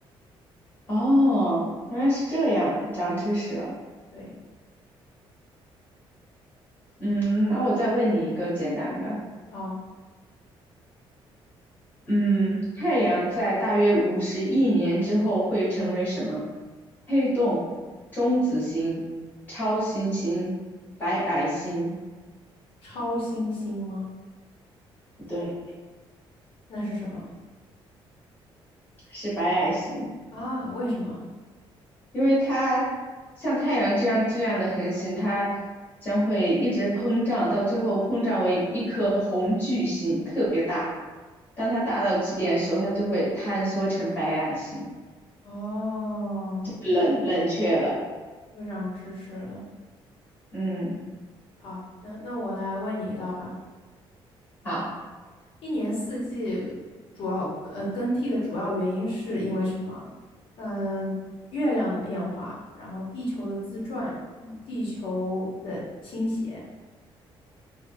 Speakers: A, on the left (about 20°); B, on the left (about 65°).
A: 哦，原来是这样，长知识了。
B: 对，
A: 嗯，那我再问你一个简单的，
B: 好，
A: 嗯，太阳在大约五十亿年之后会成为什么？黑洞、中子星、超新星、白矮星？
B: 超新星吗？
A: 不对，
B: 那是什么
A: 是白矮星。
B: 啊？为什么？
A: 因为它像太阳这样质量的恒星，它将会一直膨胀，到最后膨胀为一颗红巨星，特别大。当它大到极点的时候，它就会坍缩成白矮星，
B: 哦，又又
A: 冷冷却了。
B: 又长知识了。
A: 嗯，
B: 好，那那我来问你一道吧。
A: 好，
B: 一年四季主要呃更替的主要原因是因为什么？嗯，月亮的变化，然后地球的自转，嗯地球的倾斜。